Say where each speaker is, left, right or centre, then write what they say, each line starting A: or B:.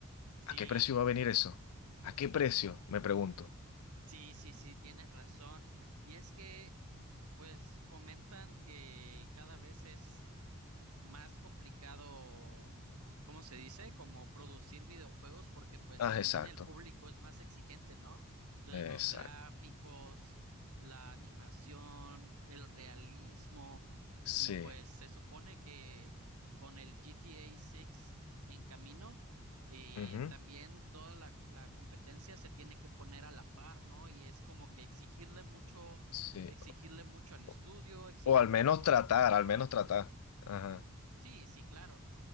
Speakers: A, on the right; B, on the left.
A: Sí.
B: ¿A seis. ¿A qué precio va a venir eso? ¿A qué precio? Me pregunto.
A: Sí, sí, sí, tienes razón. Y es que Pues comentan que cada vez es, más complicado, ¿cómo se dice? Como producir videojuegos porque pues
B: Ah,
A: también
B: exacto.
A: el público es más exigente, ¿no? Entonces los
B: Exacto.
A: gráficos, la animación, el realismo y
B: Sí.
A: pues se supone que con el GTA 6 en camino, eh,
B: Ujú.
A: también toda la, la competencia se tiene que poner a la par, ¿no? Y es como que exigirle mucho,
B: Sí.
A: exigirle mucho al estudio,
B: O
A: exigirle
B: o al menos
A: mucho
B: tratar,
A: a la consola.
B: al menos tratar. Ajá.
A: Sí, sí, claro.